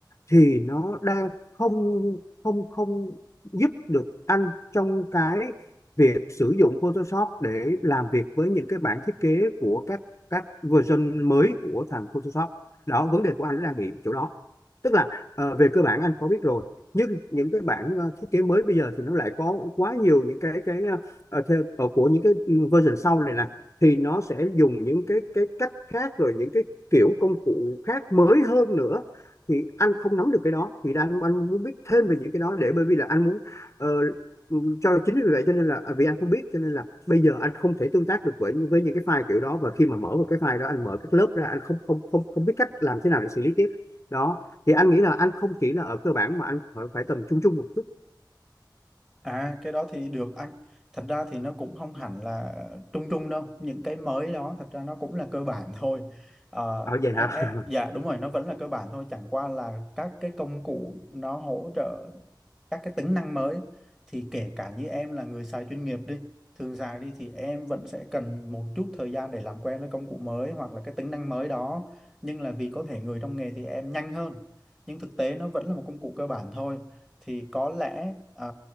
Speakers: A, on the left (about 35°); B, in the centre.
A: thì nó đang không không không giúp được anh trong cái việc sử dụng Photoshop để làm việc với những cái bản thiết kế của các các version mới của thằng Photoshop đó vấn đề của anh nó đang bị chỗ đó tức là ờ, về cơ bản anh có biết rồi nhưng những cái bản ờ, thiết kế mới bây giờ thì nó lại có quá nhiều những cái cái ờ, ờ, theo ờ, của những cái version sau này nè thì nó sẽ dùng những cái cái cách khác rồi những cái kiểu công cụ khác mới hơn nữa thì anh không nắm được cái đó thì anh anh muốn biết thêm về những cái đó để bởi vì là anh muốn ờ, cho chính vì vậy cho nên là à, vì anh không biết cho nên là bây giờ anh không thể tương tác được với với những cái file kiểu đó và khi mà mở vào cái file đó anh mở các lớp ra anh không không không không biết cách làm thế nào để xử lý tiếp đó thì anh nghĩ là anh không chỉ là ở cơ bản mà anh phải, phải tầm trung trung một chút
B: À cái đó thì được anh Thật ra thì nó cũng không hẳn là trung trung đâu Những cái mới đó thật ra nó cũng là cơ bản thôi Ờ,
A: ở vậy
B: em,
A: hả <laughs>
B: em Dạ đúng rồi nó vẫn là cơ bản thôi Chẳng qua là các cái công cụ nó hỗ trợ các cái tính năng mới Thì kể cả như em là người xài chuyên nghiệp đi Thường xài đi thì em vẫn sẽ cần một chút thời gian để làm quen với công cụ mới Hoặc là cái tính năng mới đó Nhưng là vì có thể người trong nghề thì em nhanh hơn Nhưng thực tế nó vẫn là một công cụ cơ bản thôi thì có lẽ à,